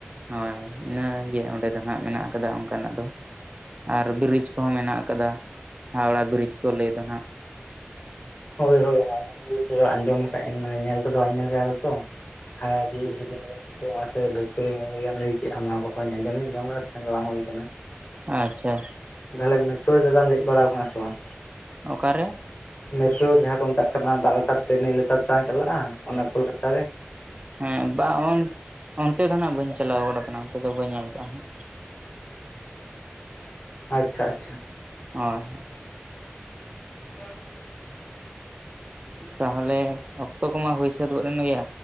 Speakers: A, on the right (about 30°); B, on the left (about 40°).
A: ᱦᱳᱭ ᱤᱱᱟᱹ ᱜᱮ ᱚᱸᱰᱮ ᱫᱚ ᱱᱷᱟᱜ ᱢᱮᱱᱟᱜ ᱟᱠᱟᱫᱟ ᱚᱱᱠᱟᱱᱟᱜ ᱫᱚ ᱟᱨ ᱵᱨᱤᱡᱽ ᱠᱚᱦᱚᱸ ᱢᱮᱱᱟᱜ ᱟᱠᱟᱫᱟ ᱦᱟᱣᱲᱟ ᱵᱨᱤᱡ ᱠᱚ ᱞᱟᱹᱭ ᱫᱚ ᱱᱷᱟᱜ
B: ᱦᱳᱭ ᱦᱳᱭ ᱦᱟᱣᱲᱟ ᱵᱨᱤᱪ ᱟᱸᱡᱚᱢ ᱠᱟᱜ ᱟᱧ ᱧᱮᱞ ᱠᱚᱫᱚ ᱵᱟᱹᱧ ᱧᱮᱞ ᱠᱟᱫᱟ ᱛᱚ ᱦᱮᱸ <unintelligible> ᱥᱮ ᱚᱱᱟ ᱥᱮ ᱵᱷᱤᱠᱴᱳᱨᱤᱭᱟ <unintelligible> ᱞᱟᱹᱭ ᱠᱮᱫᱼᱟ ᱱᱚᱣᱟ ᱠᱚᱦᱚᱸ ᱟᱸᱡᱚᱢ ᱫᱚᱧ ᱟᱸᱡᱚᱢ ᱟᱠᱟᱫᱟ ᱥᱮᱱ ᱫᱚ ᱵᱟᱝ ᱦᱩᱭ ᱟᱠᱟᱱᱟ
A: ᱟᱪᱪᱷᱟ
B: ᱛᱟᱦᱞᱮ ᱢᱮᱴᱨᱚ ᱨᱮ ᱫᱟᱫᱟᱢ ᱫᱮᱡ ᱵᱟᱲᱟᱣ ᱠᱟᱱᱟ ᱥᱮ ᱵᱟᱝ
A: ᱚᱠᱟ ᱨᱮᱼᱼ
B: ᱢᱮᱴᱨᱳ ᱡᱟᱦᱟᱸ ᱠᱚ ᱢᱮᱛᱟᱜ ᱠᱟᱱᱟ ᱫᱟᱜ ᱞᱟᱛᱟᱨ ᱛᱮ ᱱᱤᱭᱟᱹ ᱞᱟᱛᱟᱨ ᱛᱮ ᱵᱟᱝ ᱪᱟᱞᱟᱜᱼᱟ ᱚᱱᱮ ᱠᱳᱞᱠᱟᱛᱟ ᱨᱮᱼᱼ
A: ᱦᱮᱸ ᱵᱟᱝ ᱩᱱ ᱚᱱᱛᱮ ᱫᱚ ᱱᱟᱦᱟᱜ ᱵᱟᱹᱧ ᱪᱟᱞᱟᱣ ᱜᱚᱫ ᱟᱠᱟᱱᱟ ᱚᱱᱛᱮ ᱫᱚ ᱵᱟᱹᱧ ᱧᱮᱞ ᱟᱠᱟᱫᱟᱼᱟ ᱦᱟᱜ
B: ᱟᱪᱪᱷᱟ ᱟᱪᱪᱷᱟ
A: ᱦᱳᱭ
B: ᱟᱡᱚᱢ ᱢᱮ
A: ᱛᱟᱦᱚᱞᱮ ᱚᱠᱛᱚ ᱠᱚᱢᱟ ᱦᱩᱭ ᱥᱟᱹᱛ ᱜᱚᱫ ᱮᱱ ᱜᱮᱭᱟ